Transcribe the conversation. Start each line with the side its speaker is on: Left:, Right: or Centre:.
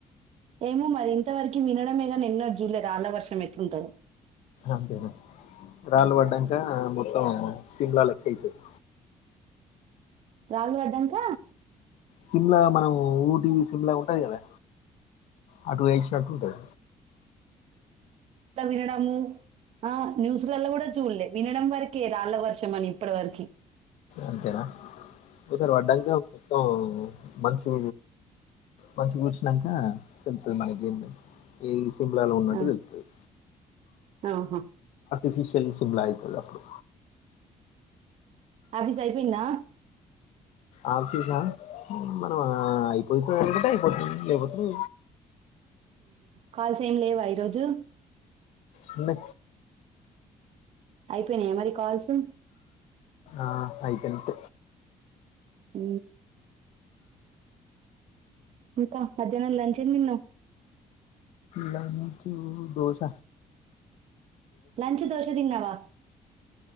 Right: ఏమో మరి ఇంతవరకు వినడమే కాని నిన్నా జూలే రాళ్ాలా వర్షం ఎతుంటారు
Left: అంతేనడి రాళ్ళ పడ్డాక మొత్తం సిమ్లా లెక్క అయితుంది
Right: రాహల్ వర్డాన్ంచ
Left: సిమ్లా మనం ఊటి సిమ్లా ఉంటది కదా ఆ టూస్ ట
Right: లా వినడము ఆ న్యూస్లలా కూడా చూడలే వినడం వరకే రాళ్ళ వర్షం అని ఇప్పటి వరకు
Left: అంతేనా ఒకసారు పడ్డాక మొత్తం మంచు మంచిగా కూర్చినాక తెలుతుంది మనకి సింపుల్ ఉన్నట్టు
Right: ఆ,
Left: తెలుతుంది
Right: ఆహా
Left: ఎఫిషిల్ సిమ్లా అవుతుంది అప్పుడు
Right: ఆఫీస్ అయిపోయినా
Left: ఆ చసా మనం అయిపోతే అకుంట అయిపోతుంది లేపోతున్నా
Right: కాల్స్ ఏం లేవా ఈరోజు
Left: అన్న
Right: అయిపోయినాయా మరి కాల్సు
Left: ఆ అయికనిట్
Right: అ అకాా మధ్యాహ్నం లంచ నిన్న
Left: లని చూ దోస
Right: లంచ్ దోషదన్నవా